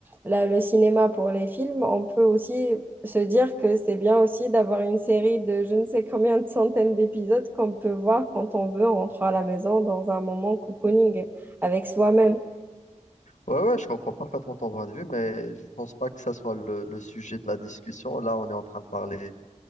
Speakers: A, on the right; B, on the left.
A: la- le cinéma pour les films, on peut aussi se dire que c'est bien aussi d'avoir une série de je ne sais combien de centaines d'épisodes qu'on peut voir quand on veut en rentrant à la maison dans un moment cocooning avec soi-même.
B: Ouais, ouais, je comprends parfaitement ton point de vue, mais je pense pas que ça soit le, le sujet de la discussion. Là, on est en train de parler